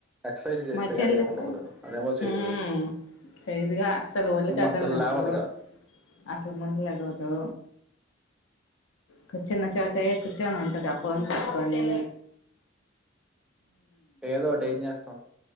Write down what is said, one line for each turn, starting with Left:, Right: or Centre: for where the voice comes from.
Centre: ఎక్సర్సైజ్ చేస్తే
Left: మా చెల్లితే
Centre: గాని ఏముండదు అదేమో చేయదు
Left: ఉం సైదుగా అసలు ఒలి
Centre: ఇంక
Left: కదలనవదు
Centre: మన పిల్ల లేవదుగా
Left: అసలు ముందు లెగవదు కుచ్చన్న చోటే కుచనే ఉంట తది ఫోన్ పట్టుకొని <inaudible>
Centre: ఏదో ఒకటి ఏం చేస్తాం